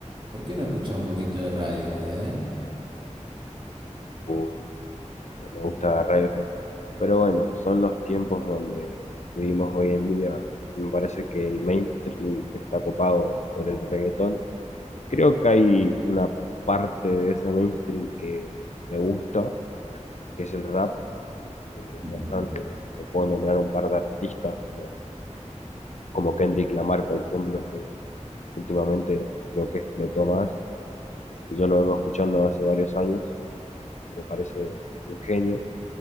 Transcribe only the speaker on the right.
¿Por qué no escuchar un poquito de Radiohead, eh?
Ujú.